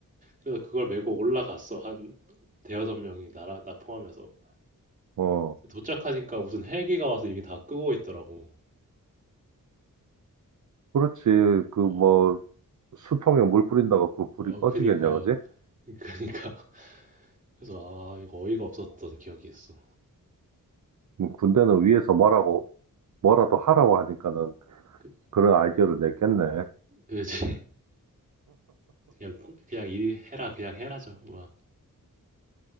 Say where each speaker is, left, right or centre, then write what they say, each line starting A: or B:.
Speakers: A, on the right (about 25°); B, on the right (about 60°).
A: 그래서 그걸 메고 올라갔어 한 대여섯 명이 나라 나 포함해서
B: 어,
A: 도착하니까 무슨 헬기가 와서 이미 다 끄고 있더라고.
B: 그렇지. 그 뭐,
A: 어,
B: 수통에 물 뿌린다고 그 불이
A: 어
B: 꺼지겠냐,
A: 그니까
B: 그지?
A: 그니까 그래서 아 이거 어이가 없었던 기억이 있어.
B: 뭐 군대는 위에서 뭐라고 뭐라도 하라고 하니까는
A: 그,
B: 그런 아이디어를 냈겠네.
A: 그지 그냥 그냥 일 해라 그냥 해라죠 막.